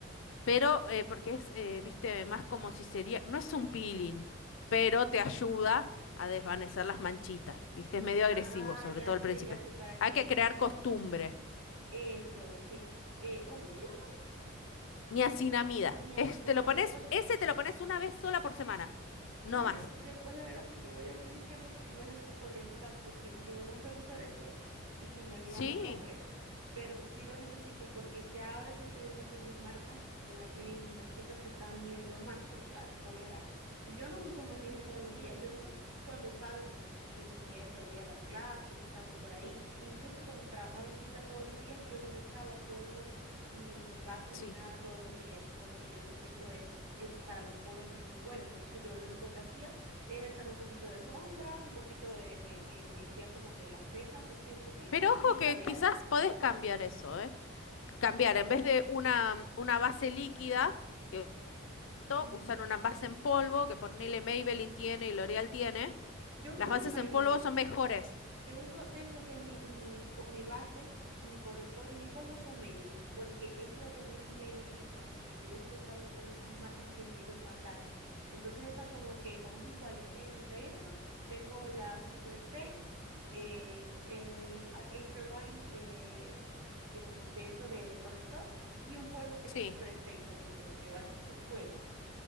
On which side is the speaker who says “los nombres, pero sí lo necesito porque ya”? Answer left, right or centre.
Right